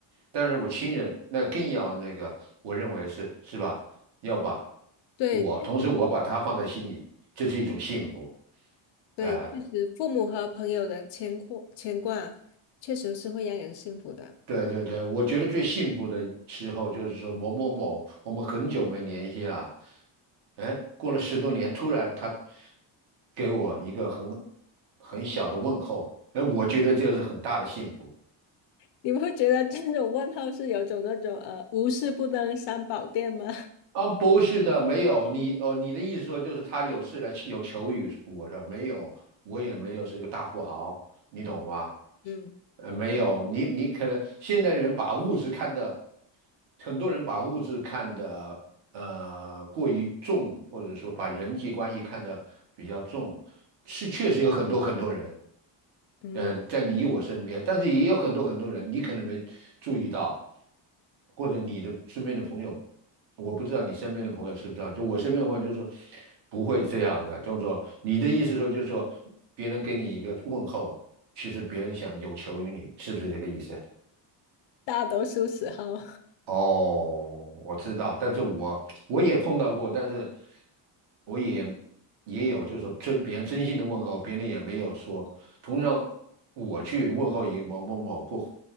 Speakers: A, on the right (about 55°); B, on the left (about 60°).
A: 但是我亲人那更要那个，我认为是是吧？要把
B: 对，
A: 我，同时我把他放在心里，这是一种幸福。
B: 对，
A: 哎、
B: 确实，父母和朋友的牵挂牵挂，确实是会让人幸福的。
A: 对对对，我觉得最幸福的时候就是说某某某，我们很久没联系了，哎，过了十多年，突然他给我一个很很小的问候，哎，我觉得这是很大的幸福。
B: 你不会觉得这种问候是有种那种呃无事不登三宝殿吗？
A: 啊，不是的，没有你哦，你的意思说就是他有事来有求于我的，没有，我也没有是一个大富豪，你懂吧？
B: <laughs> 嗯
A: 呃，没有，你你可能现代人把物质看得，很多人把物质看得呃过于重，或者说把人际关系看得比较重，是确实有很多很多人，
B: 嗯，
A: 嗯，在你我身边，但是也有很多很多人，你可能没注意到，或者你的身边的朋友，我不知道你身边的朋友是不是这样，就我身边的朋友就是说不会这样的，就是说你的意思说就是说别人给你一个问候，其实别人想有求于你，是不是这个意思啊？
B: 大多数时候，
A: 哦，我知道，但是我我也碰到过，但是我也也有，就是说真别人真心的问候，别人也没有说。同样，我去问候一某某某过，